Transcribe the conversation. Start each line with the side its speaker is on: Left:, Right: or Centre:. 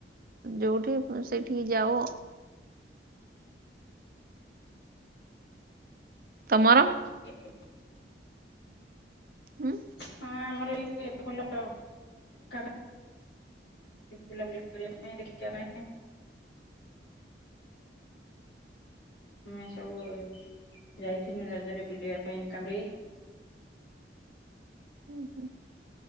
Right: ଯୋଉଠି ସେଠିକି ଯାଉ। ତମର?
Left: <unintelligible>
Right: ହୁଁ।
Left: ହଁ ଆମର ବି ଭଲ <unintelligible> ବୁଲାବୁଲି କରିବା ପାଇଁ ଦେଖିବା ପାଇଁ ମେ ସବୁ ଯାଇଥିଲୁ ରଜରେ ବୁଲିବା ପାଇଁ କାମେଇ।
Right: ଉଁହୁଁ।